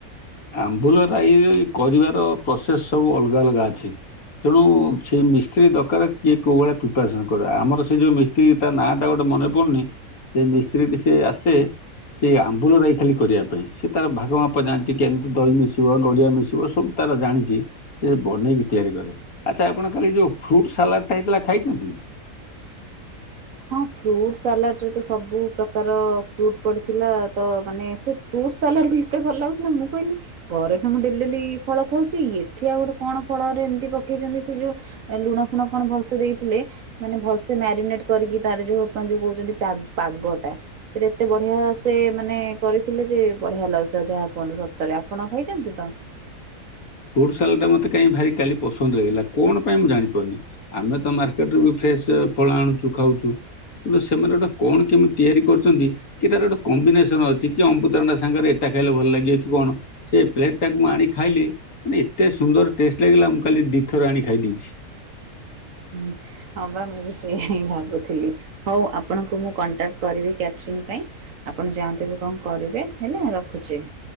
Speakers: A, on the left; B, on the right.
A: ଆମ୍ବୁଲ ରାଇ କରିବାର ପ୍ରୋସେସ ସବୁ ଅଲଗା ଅଲଗା ଅଛି। ତେଣୁ ସେଇ ମିସ୍ତ୍ରୀ ଦରକାର କିଏ କୋଉ ଭଳିଆ ପ୍ରିପାରେସନ କରେ ଆମର ସେ ଯୋଉ ମିସ ତା ନାଁ ଟା ଗୋଟେ ମନେ ପଡୁନି ସେ ମିସ୍ତ୍ରୀ ଟି ସେ ଆସେ ସେଇ ଆମ୍ବୁଲ ରାଇ ଖାଲି କରିଆ ପାଇଁ ସେ ତାର ଭାଗ ମାପା ଜାଣି ସେ କେମିତି ଦହି ମିଶିବ ନଡ଼ିଆ ମିଶିବ ସବୁ ତାର ଜାଣିକି ସେ ବନେଇକି ତିଆରି କରେ। ଆଚ୍ଛା ଆପଣ କାଲି ଯୋଉ ଫ୍ରୁଟ୍ ସାଲାଡ଼ଟା ହେଇଥିଲା ଖାଇଛନ୍ତି।
B: ହଁ ଫ୍ରୁଟ ସାଲାଡ଼ରେ ତ ସବୁ ପ୍ରକାର ଫ୍ରୁଟ୍ ପଡ଼ିଥିଲା ତ ମାନେ ସେ ଫ୍ରୁଟ୍ ସାଲାଡ ବି ଏତେ ଭଲ ଲାଗୁଥିଲା ମୁଁ କହିଲି ଘରେ ତ ମୁଁ ଡେଲି ଡେଲି ଫଳ ଖାଉଚି ଏଠି ଆଉ ଗୋଟେ କଣ ଫଳରେ ଏମିତି ପକେଇଚନ୍ତି ସେ ଯୋଉ ଲୁଣ ଫୁଣ କଣ ଭଲସେ ଦେଇଥିଲେ ମାନେ ଭଲସେ ମାରିନେଟ କରିକି ତାର ଯୋଉ ଆପଣ ଯୋଉ କହୁଛନ୍ତି ପାଗଟା। ସେଇଟା ଏତେ ବଢିଆ ସେ ମାନେ କରିଥିଲେ ଯେ ବଢିଆ ଲାଗୁଥିଲା ଯାହା କୁହନ୍ତୁ ସତରେ ଆପଣ ଖାଇଚନ୍ତି ତ?
A: ଫ୍ରୁଟ୍ ସାଲଡ ଟା ମତେ କାଇଁ ଭାରି ପସନ୍ଦ ଲାଗିଲା କଣ ପାଇଁ ମୁଁ ଜାଣିପାରୁନି। ଆମେ ତ ମାର୍କେଟ ରୁ ବି ଫେଶ ଫଳ ଆଣୁଚୁ ଖାଉଚୁ କିନ୍ତୁ ସେମାନେ ଗୋଟା କଣ କେମିତି ତିଆରି କରିଚନ୍ତି କି ତାର ଗୋଟେ କମ୍ବିନେସନ ଅଛି କି ଅମୁତଭଣ୍ଡା ସାଙ୍ଗରେ ଏଇଟା ଖାଇଲେ ଭଲ ଲାଗିବ କି କଣ? ସେ ପ୍ଲେଟ ଟାକୁ ମୁଁ ଆଣି ଖାଇଲି ମାନେ ଏତେ ସୁନ୍ଦର ଟେଷ୍ଟ ଲାଗିଲା ମୁଁ କାଲି ଦିଥର ଆଣି ଖାଇ ଦେଇଛି।
B: ହୁଁ ହଁ ବା ମୁଁ ସେଇଆ ହିଁ ଭାବୁଥିଲି। ହଉ ଆପଣଙ୍କୁ ମୁଁ କଣ୍ଟାକ୍ଟ କରିବି କ୍ୟାଟରିଂ ପାଇଁ। ଆପଣ ଯାଆନ୍ତୁ ଏବେ କଣ କରିବେ ହେଲା ରଖୁଚି।